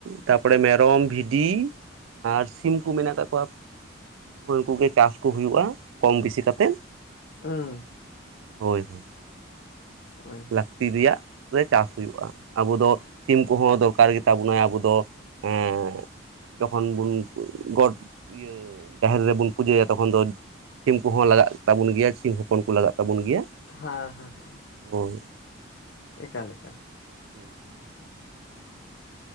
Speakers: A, on the right; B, on the left.
A: ᱛᱟᱯᱚᱨᱮ ᱢᱮᱨᱚᱢ, ᱵᱷᱤᱰᱤ, ᱾ ᱟᱨ ᱥᱤᱢ ᱠᱚ ᱢᱮᱱᱟᱜ ᱠᱟᱜ ᱠᱚᱣᱟ᱾ ᱦᱳᱭ ᱩᱝᱠᱩ ᱜᱮ ᱪᱟᱥ ᱠᱚ ᱦᱩᱭᱩᱜ-ᱟ ᱠᱚᱢ ᱵᱤᱥᱤ ᱠᱟᱛᱮᱫ
B: ᱦᱩᱸ
A: ᱦᱳᱭ ᱦᱳᱭ᱾
B: ᱦᱳᱭ ᱦᱳᱭ
A: ᱞᱟᱠᱹᱛᱤ ᱨᱮᱭᱟᱜ ᱨᱮ ᱪᱟᱥ ᱦᱩᱭᱩᱜ-ᱟ ᱟᱵᱚ ᱫᱚ ᱥᱤᱢ ᱠᱚ ᱦᱚᱸ ᱫᱚᱨᱠᱟᱨ ᱜᱮᱛᱟ ᱵᱚᱱᱟ ᱟᱵᱚ ᱫᱚ ᱮᱸᱜ ᱡᱚᱠᱷᱚᱱ ᱵᱚᱱ ᱜᱚᱴ ᱤᱭᱟᱹ ᱡᱟᱦᱮᱨ ᱨᱮᱵᱚᱱ ᱯᱩᱡᱟᱹᱭᱟ ᱛᱚᱠᱷᱚᱱ ᱫᱚ ᱥᱤᱢ ᱠᱚ ᱦᱚᱸ ᱞᱟᱜᱟᱜ ᱛᱟᱵᱚᱱ ᱜᱮᱭᱟ ᱥᱤᱢ ᱦᱚᱯᱚᱱ ᱠᱚ ᱞᱟᱜᱟᱜ ᱛᱟᱵᱚᱱ ᱜᱮᱭᱟ᱾
B: ᱦᱟᱸ ᱦᱟᱸ ᱦᱟᱸ᱾
A: ᱦᱳᱭ᱾
B: ᱮᱠᱟᱞ ᱮᱠᱟᱞ᱾
A: <unintelligible>